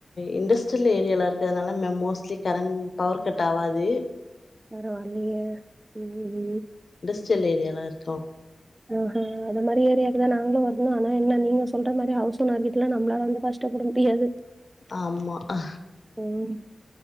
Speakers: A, on the left; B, on the right.
A: இண்டஸ் ட்ரியல் ஏரியால இருக்கறனால மே மோஸ்ட்லி கரண்ட் பவர் கட் ஆவாது
B: பரவால்லியே ம் ம்
A: ட்ரியல் ஏரியால இருக்கோ
B: ஆஹா அந்த மாரி ஏரியாக்குதா நாங்களு வரணு ஆனா என்ன நீங்க சொல்ற மாரி ஹவுஸ் ஓனர் வீட்ல நம்பளால எந்த கஷ் டப்பட முடியாது
A: ஆமா ஆ
B: ம்